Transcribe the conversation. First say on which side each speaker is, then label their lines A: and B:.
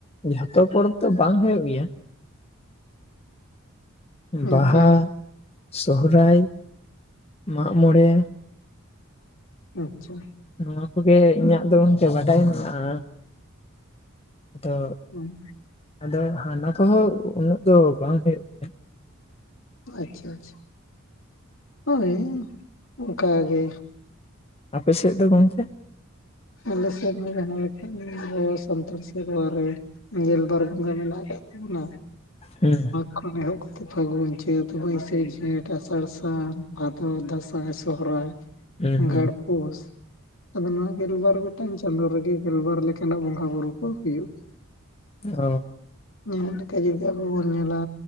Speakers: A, on the left; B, on the left.
A: ᱡᱷᱚᱛᱚ ᱯᱚᱨᱚᱵᱽ ᱫᱚ ᱵᱟᱝ ᱦᱩᱭᱩᱜ ᱜᱮᱭᱟ
B: ᱚᱱᱠᱟ
A: ᱵᱟᱦᱟ ᱥᱚᱦᱚᱨᱟᱭ ᱢᱟᱜ ᱢᱚᱬᱮ
B: ᱟᱪᱪᱷᱟ
A: ᱱᱚᱣᱟ ᱠᱚᱜᱮ ᱤᱧᱟᱹᱜ ᱫᱚ ᱜᱚᱝᱠᱮ ᱵᱟᱰᱟᱭ ᱢᱮᱱᱟᱜᱼᱟ ᱟᱫᱚ
B: ᱦᱩᱸ <inaudible>
A: ᱟᱫᱚ ᱦᱟᱱᱟ ᱠᱚᱦᱚᱸ ᱩᱱᱟᱹᱜ ᱫᱚ ᱵᱟᱝ ᱦᱩᱭᱩᱜ ᱛᱮ
B: ᱟᱪᱪᱷᱟ ᱟᱪᱪᱷᱟ ᱦᱳᱭ ᱚᱱᱠᱟ ᱜᱮ
A: ᱟᱯᱮᱥᱮᱫ ᱫᱚ ᱜᱚᱢᱠᱮ
B: ᱟᱞᱮ ᱥᱮᱫ ᱦᱚᱸ ᱡᱟᱦᱟᱸ ᱞᱮᱠᱟ ᱥᱟᱱᱛᱟᱲ ᱥᱮᱨᱣᱟ ᱨᱮ ᱜᱮᱞᱵᱟᱨ ᱵᱚᱸᱜᱟ ᱢᱮᱱᱟᱜ ᱠᱟᱜ ᱛᱟᱵᱚᱱᱟ
A: ᱦᱩᱸ
B: ᱠᱷᱚᱱ ᱮᱦᱚᱵ ᱠᱟᱛᱮ ᱯᱷᱟᱹᱜᱩᱱ ᱪᱟᱹᱛ ᱵᱟᱹᱭᱥᱟᱹ ᱡᱷᱮᱸᱴ ᱟᱥᱟᱲ ᱥᱟᱱ ᱵᱷᱟᱫᱚᱨ ᱫᱟᱸᱥᱟᱭ ᱥᱚᱦᱨᱟᱭ
A: ᱦᱩᱸ
B: ᱟᱜᱷᱟᱲ
A: ᱦᱩᱸ
B: ᱯᱩᱥ ᱟᱫᱚ ᱱᱚᱣᱟ ᱜᱮᱞᱵᱟᱨ ᱜᱚᱴᱟᱝ ᱪᱟᱸᱫᱳ ᱨᱮᱜᱮ ᱜᱮᱞᱵᱟᱨ ᱞᱮᱠᱟᱱᱟᱜ ᱵᱚᱸᱜᱟ ᱵᱩᱨᱩ ᱠᱚ ᱦᱩᱭᱩᱜᱼᱟ
A: ᱚᱻ
B: ᱱᱮ ᱞᱮ ᱞᱮᱠᱟ ᱡᱩᱫᱤ ᱟᱵᱚ ᱟᱵᱚ ᱵᱚᱱ ᱧᱮᱞᱟ